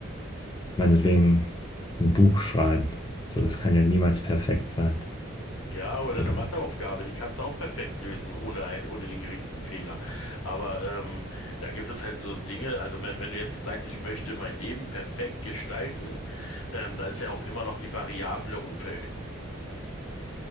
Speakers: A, on the left; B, on the left.
A: meinetwegen ein Buch schreiben. So, das kann ja niemals perfekt sein.
B: Ja, oder
A: Oder
B: eine Matheaufgabe, die kannst du auch perfekt lösen, ohne ein, ohne den geringsten Fehler. Aber ähm, dann gibt es halt so Dinge, also wenn, wenn du jetzt sagst, ich möchte mein Leben perfekt gestalten, ähm, da ist ja auch immer noch die Variable Umfeld.